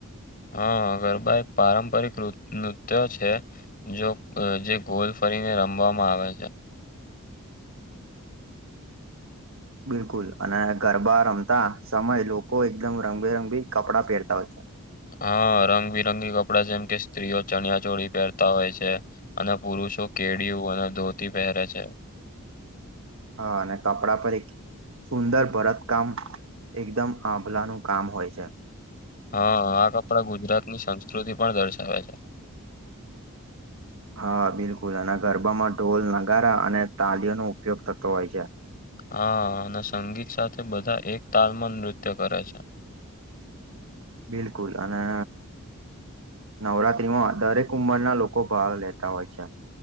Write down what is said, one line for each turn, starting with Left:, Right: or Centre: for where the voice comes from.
Left: હા ગરબા એક પારંપરિક નૃત્ય છે. જો જે ગોલ ફરીને રમવામાં આવે છે.
Right: બિલકુલ અને ગરબા રમતા સમય લોકો એકદમ રંગબેરંગબી કપડાં પહેરતા હોય છે.
Left: હા રંગબિરંગી કપડા જેમ કે સ્ત્રીઓ ચણિયા ચોળી પહેરતા હોય છે અને પુરુષ તો કેળીયુ અને ધોતી પહેરે છે.
Right: હા અને કપડા પર એક સુંદર ભરત કામ એકદમ આંભલાનું કામ હોય છે.
Left: હા આ કપડા ગુજરાત ની સંસ્કૃતિ પણ દર્શાવે છે.
Right: હા બિલકુલ એના ગરબામાં ઢોલ નગારા અને તાલીઓનોઉપયોગ થતો હોય છે.
Left: હા અને સંગીત સાથે બધા એક તાલમાં નૃત્ય કરે છે.
Right: બિલકુલ અને નવરાત્રીમાં દરેક ઉંમરના લોકો ભાગ લેતા હોય છે.